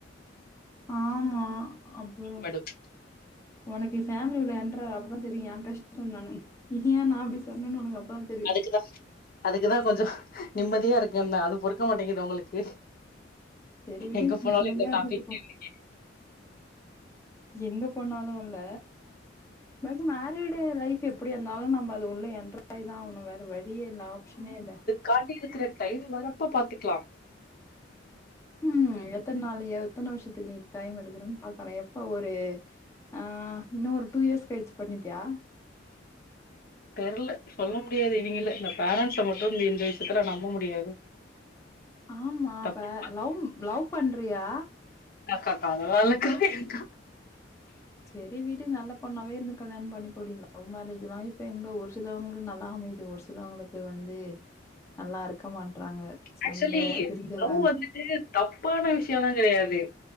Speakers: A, on the left (about 15°); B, on the left (about 50°).
A: ஆ அப்பறோ
B: மேடம்
A: உனக்கு ஃபேமிலி உள்ள என்ட்ராவு அப்பதா தெரியு ஏ கஷ்டோ என்னனு ஏ நா அப்டி சொன்னன்னு உனக்கு அப்ப தா தெரியு
B: அதுக்குதா அதுக்குதா கொஞ்சோ நிம்மதியா இருக்குன்ன அது பொறுக்க மாட்டேங்குது உங்களுக்கு
A: சரி விடு
B: எங்க
A: நிம்மதியா
B: போனாலு இந்த
A: இருந்துட்டு
B: டாபிக்
A: போ.
B: <inaudible>
A: எங்க போனாலு இல்ல எல்லார்க்கு மேரீடு லைஃப் எப்டி இருந்தாலு நம்ம அது உள்ள என்ட்ராய் தா ஆவணு வே வழியே இல்ல ஆப்ஷனே இல்ல
B: காத்தியிருக்கற தயிர் வரப்ப பாத்துக்லா
A: ம் எத்தன் நாள் எத்தன வருஷத்துக்கு நீ டைம் எடுக்கறன் பாக்குற எப்ப ஒரு ஆ இன்னு ஒரு டூ இயர்ஸ் கழிச்சு பண்ணிப்பியா
B: தெர்ல சொல்ல முடியாது இவிங்கிளே இந்த பேரண்ட்ஸ மட்டு இந்த இந்த <unintelligible> இதுக்லா நம்ப முடியாது
A: ஆமா
B: தப்பு
A: ப லவ் லவ் பண்றியா
B: அக்கா அக்கா அதெல்லா இல்லக்கா ஏக்கா
A: செரி விடு நல்லா பொண்ணாவே இருந்து கல்யாண பண்ணிக்கோடி லவ் மேரேஜ் எல்லா இப்ப எங்க ஒரு சிலவங்களுக் நல்லா அமையுது ஒரு ஸ் சிலவங்குளுக்கு வந்து நல்லா இருக்க மாட்றாங்க சண்டை
B: ஆக்சுவலி
A: பிரிஞ்சிடறாங்க
B: லவ் வந்துட்டு தப்பான விஷ்யோலா கெடையாது